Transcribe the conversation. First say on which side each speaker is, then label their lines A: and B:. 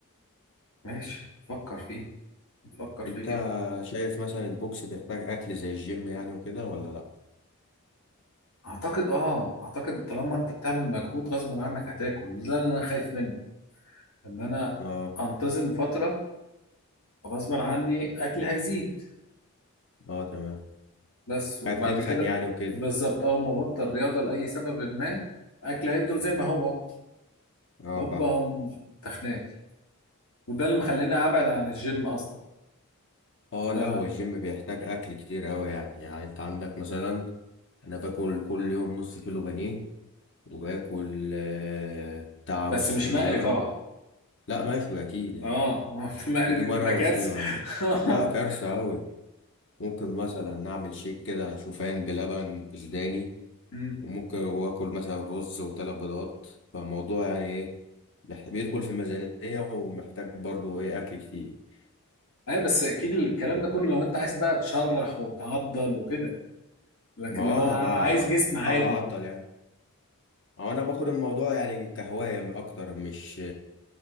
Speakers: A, on the left (about 80°); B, on the left (about 55°).
A: ماشي بفكر فيه بفكر فيه
B: أنت
A: جدا
B: شايف مثلا البوكس بيحتاج أكل زي الجيم يعني وكده ولا لأ؟
A: أعتقد اه أعتقد طالما أنت بتعمل مجهود غصب عنك هتاكل وده اللي أنا خايف منه إن أنا
B: اه
A: أنتظم فترة غصب عني أكلي هيزيد
B: اه تمام
A: بس وبعد
B: خايف تتخن
A: كده
B: يعني وكده
A: بالظبط اول ما بطل رياضه لاي سبب ما اكل هيفضل زي ما هو
B: اه
A: هوبا
B: فاهم
A: هم تخنات وده اللي مخليني ابعد عن الجيم اصلا
B: اه
A: ف...
B: لا هو الجيم بيحتاج أكل كتير أوي يعني يعني أنت عندك مثلا أنا باكل كل يوم نص كيلو بانيه وباكل آه، بتاع
A: بس
B: نص
A: مش
B: كيلو
A: مقلي
B: لبن
A: طبعا
B: لا مشوي أكيد يعني
A: اه <laughs> مقلي
B: بجيبه
A: دي تبقى
B: أنا وأشويه
A: كارثه
B: وأعمل
A: <laughs>
B: لا كارثة أوي ممكن مثلا نعمل شيك كده شوفان بلبن بسوداني
A: أمم.
B: وممكن واكل مثلا رز وثلاث بيضات فالموضوع يعني ايه مح- بيدخل في الميزانية ومحتاج برضو ايه اكل كتير
A: ايوه بس اكيد الكلام ده كله لو انت عايز بقى تشرح وتعضل وكده لكن
B: ما هو
A: لو
B: انا
A: انا
B: بقى
A: عايز جسم عادي
B: حاول اعدل يعني هو انا باخد الموضوع يعني كهواية اكتر مش